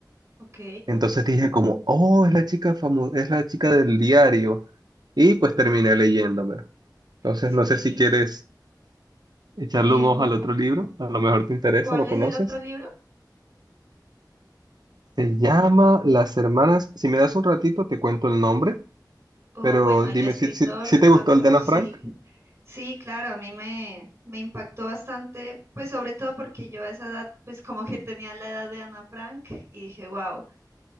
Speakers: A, on the right; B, on the right.
A: Ok,
B: Entonces dije como, oh, es la chica famosa, es la chica del diario. Y pues terminé leyéndomelo. Entonces
A: sí.
B: no sé si quieres echarle
A: Em,
B: un ojo al otro libro, a lo mejor te interesa,
A: ¿cuál
B: lo
A: es
B: conoces.
A: el otro libro?
B: Se llama Las Hermanas, si me das un ratito te cuento el nombre,
A: O
B: pero
A: bueno, el
B: dime
A: escritor
B: si, si, si
A: de pronto,
B: te gustó el de Ana
A: sí.
B: Frank.
A: Sí, claro, a mí me, me impactó bastante, pues sobre todo porque yo a esa edad, pues como que tenía la edad de Ana Frank y dije, wow,